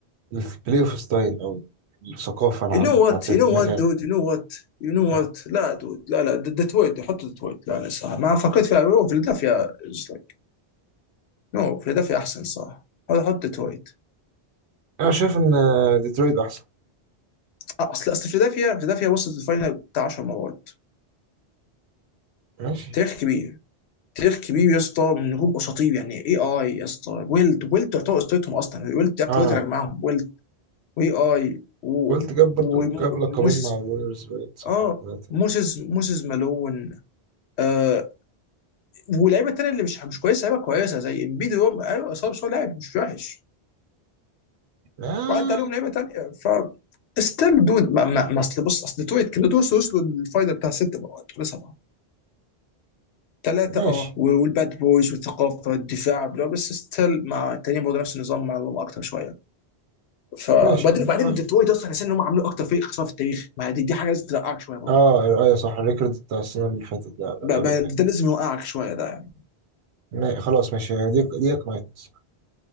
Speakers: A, on the right; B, on the left.
A: البلاي اوف ستايل او الثقافة العامة
B: يو نو
A: بتاعت
B: وات
A: المكان
B: يو نو وات دود يو نو وات يو نو
A: آه،
B: وات لا دود لا لا ديترويت حط ديترويت لا لا صح ما فكرت فيها أوه، فيلادلفيا از لايك نو فيلادلفيا احسن صح هذا حط ديترويت
A: انا شايف ان آه، ديترويت احسن
B: اصل اصل فيلادلفيا فيلادلفيا وصلت الفاينل بتاع 10 مرات
A: ماشي
B: تاريخ كبير تاريخ كبير يا اسطى من نجوم اساطير يعني اي اي يا اسطى ويلت ويلت تعتبر اسطورتهم اصلا ويلت دي اكتر
A: انا
B: واحد اللي جمعهم ويلت واي اي و-
A: قلت جاب برضو
B: وموسيس
A: جاب لقبين مع الوريورز باين صح
B: اه
A: او ثلاثة
B: موسيس موسيس مالون آه واللعيبه التانيه اللي مش مش كويسه لعيبه كويسه زي امبيدي هو ايوه صعب بس هو لاعب مش وحش
A: آه
B: وعدى عليهم لعيبه تانيه ف ستيل دود ما ما ما اصل بص اصل تويت كده توصل وصلوا للفاينل بتاع ست بقى ولا سبعه ثلاثة
A: ماشي
B: اه والباد بويز والثقافة والدفاع بلا بس ستيل مع التانيين برضه نفس النظام مع الروم اكتر شوية ف وبعدين
A: ماشي مش
B: وبعدين ديترويت اصلا حسيت ان هم عملوا اكتر فريق خسارة في التاريخ ما دي, دي حاجة لازم تلقعك شوية برضه
A: اه ايوه صح الريكورد بتاع السنة اللي فاتت لا لا،
B: ب-
A: اللي قبل
B: ب-
A: اللي فاتت
B: ده لازم يوقعك شوية ده يعني
A: لا، خلاص ماشي يعني دي دي اقنعتني الصراحة.